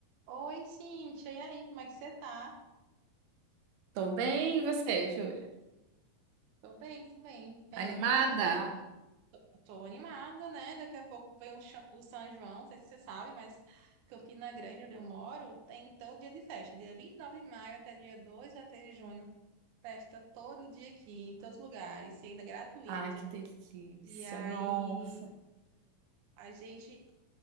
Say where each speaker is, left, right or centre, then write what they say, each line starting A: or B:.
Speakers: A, on the right; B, on the right.
A: Oi, Cíntia, e aí, como é que você tá?
B: Tô bem, e você, Júlia?
A: Tô bem, tô bem. É,
B: Animada?
A: como anda aí? Eu Tô animada, né? Daqui a pouco vem o, Cha- o São João, não sei se você sabe, mas Campina Grande, onde eu moro, tem todo dia de festa. Dia 29 de maio até dia 2 ou até de junho. Festa todo dia aqui, em todos os lugares, e ainda é gratuito.
B: Ai, que delícia,
A: E aí,
B: nossa.
A: a gente